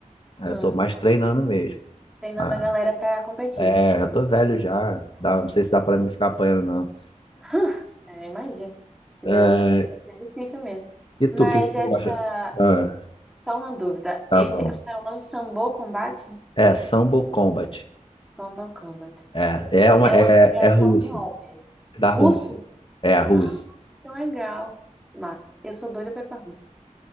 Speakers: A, on the left (about 40°); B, in the centre.
A: aí
B: Ah,
A: eu tô mais treinando mesmo.
B: treinando
A: Ah,
B: a galera pra competir.
A: é, já tô velho já. Dá, não sei se dá para me ficar apanhando, não.
B: <laughs> É, imagino. que
A: É,
B: Deve, deve ser difícil mesmo.
A: e tu,
B: Mas
A: o que que tu
B: essa,
A: acha? Ah,
B: Só uma dúvida.
A: tá
B: Esse,
A: bom.
B: como é o nome Sambo Combat?
A: É, Sambo Combat.
B: Sambo Combat.
A: É, é uma,
B: É
A: é,
B: uma criação
A: é russa,
B: de onde?
A: é da
B: Russo?
A: Rússia. É a russa.
B: Ah, que legal. Massa. Eu sou doida pra ir pra Rússia.